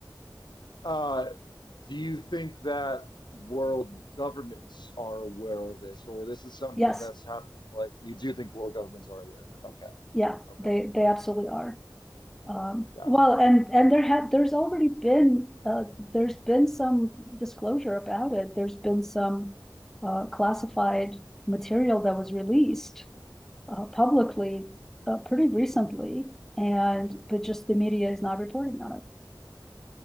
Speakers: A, on the left; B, in the centre.
A: uh, do you think that world governments are aware of this, or this is something
B: yes,
A: that's happening? Like, you do think world governments are aware of it? Okay,
B: yeah,
A: okay,
B: they, they absolutely are. Um,
A: gotcha.
B: well, and, and there had, there's already been, uh, there's been some disclosure about it. There's been some, uh, classified material that was released uh, publicly uh, pretty recently, and but just the media is not reporting on it.